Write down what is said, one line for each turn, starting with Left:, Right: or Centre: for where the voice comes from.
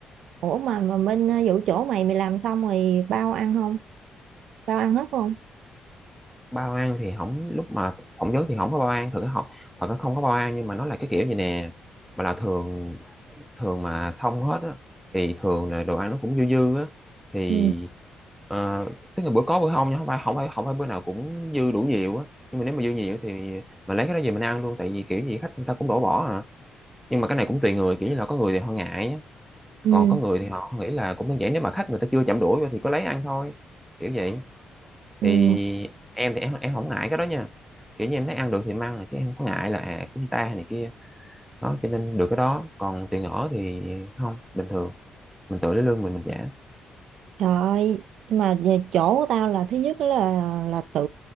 Right: ủa mà mà bên ờ, vụ chỗ mày mày làm xong rồi bao ăn không bao ăn hết không
Centre: bao ăn thì không lúc mà phỏng vấn thì không có bao ăn thật không thật nó không có bao ăn nhưng mà nó là cái kiểu gì nè mà là thường thường mà xong hết á thì thường là đồ ăn nó cũng dư dư á thì
Right: ừ
Centre: ờ, tức là bữa có bữa không nha không phải không phải không phải bữa nào cũng dư đủ nhiều á nhưng mà nếu mà dư nhiều thì mình lấy cái đó về mình ăn luôn tại vì kiểu gì khách người ta cũng đổ bỏ à nhưng mà cái này cũng tùy người kiểu như là có người thì họ ngại á
Right: ừ
Centre: còn có người thì họ nghĩ là cũng đơn giản nếu mà khách người ta chưa chạm đũa vô thì có lấy ăn thôi kiểu vậy
Right: ừ
Centre: thì em thì em em không ngại cái đó nha kiểu như em thấy ăn được thì em ăn chứ em không có ngại là à, cúng ta này kia đó cho nên được cái đó còn tiền ở thì không bình thường mình tự lấy lương mình mình trả
Right: Trời ơi, nhưng mà về chỗ của tao là thứ nhất đó là là tự